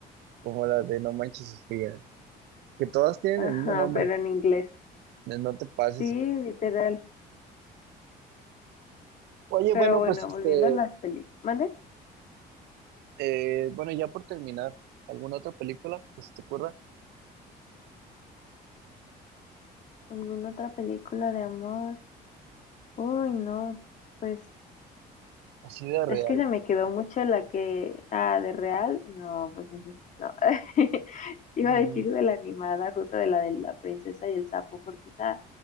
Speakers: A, on the right; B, on the left.
A: como la de No Manches Sofía, que todas tienen
B: Ajá,
A: el mismo nombre,
B: pero en inglés.
A: de No Te Pases
B: Sí, literal.
A: Oye,
B: Pero
A: bueno,
B: bueno,
A: pues este,
B: volviendo a las películas. ¿Mande?
A: eh, bueno, ya por terminar, ¿alguna otra película que se te ocurra?
B: ¿Alguna otra película de amor? Uy, no. Pues
A: Así de real.
B: es que se me quedó mucho la que. Ah, de real. No, pues entonces no. <laughs> Te Iba
A: Mm,
B: a decir de la animada, justo de la de la princesa y el sapo, porque esa